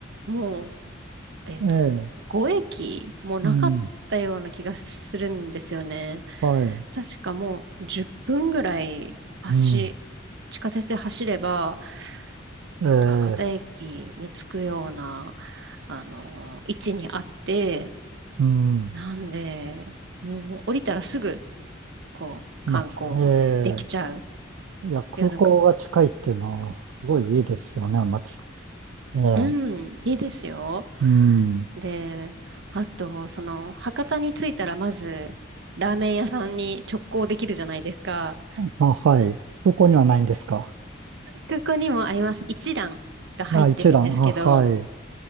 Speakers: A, on the right; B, on the right.
A: もう、えっと、
B: ええ。
A: 5駅もなかったような気がするんですよね。
B: うん。はい。
A: 確かもう10分ぐらい走、
B: うん。
A: 地下鉄で走れば、えっと、
B: ええ。
A: 博多駅に着くような、あの、位置にあって、
B: うん。
A: なんで、もう降りたらすぐ、こう、
B: まち、
A: 観光できちゃう
B: ええ。いや、空港が近いっていうのは、
A: ようなか、
B: すごいいいですよね、まち。ええ。
A: うん、いいですよ。
B: うん。
A: で、あと、その、博多に着いたらまず、ラーメン屋さんに直行できるじゃないですか。
B: あ、はい。空港にはないんですか。
A: 空港にもあります。一蘭が入ってるんですけど、
B: あ、一覧。あ、はい。